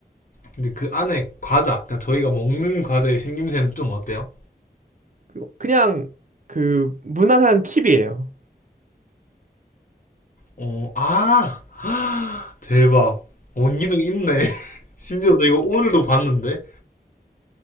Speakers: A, on the left; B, on the right.
A: 근데 그 안에 과자, 그러니까 저희가 먹는 과자의 생김새는 좀 어때요?
B: 그- 그냥, 그, 무난한 칩이에요.
A: 어, 아, <gasps> 대박. 원기둥 있네. <laughs> 심지어 저 이거 오늘도 봤는데.